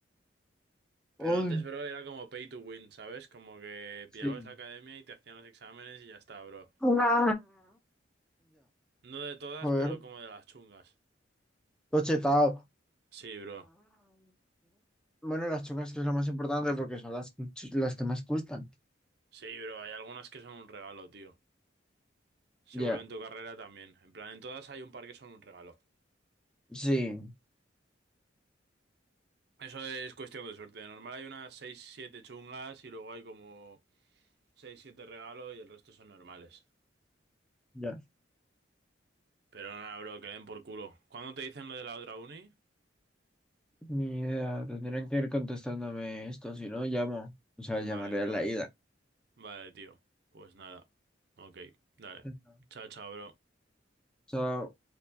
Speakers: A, on the right (about 55°); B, in the centre.
A: Pero
B: Ay,
A: antes, bro, era como pay to win, ¿sabes? Como que
B: sí.
A: pillabas la academia y te hacían los exámenes y ya está, bro.
B: Ya,
A: No de todas,
B: joder,
A: pero como de las chungas.
B: tochetado.
A: Sí, bro.
B: Bueno, las chungas que es lo más importante porque son las, ch- las que más gustan.
A: Sí, bro, hay algunas que son un regalo, tío. Seguro
B: Ya,
A: en tu carrera también. En plan, en todas hay un par que son un regalo.
B: sí,
A: Eso es cuestión de suerte. De normal hay unas 6 7 chungas y luego hay como 6 7 regalos y el resto son normales.
B: ya.
A: Pero nada, bro, que le den por culo. ¿Cuándo te dicen lo de la otra uni?
B: Ni idea, tendrían que ir contestándome esto, si no llamo. O sea,
A: Vale,
B: llamaré
A: bro.
B: a la ida.
A: Vale, tío. Pues nada. Ok, dale.
B: Ajá.
A: Chao, chao, bro.
B: Chao.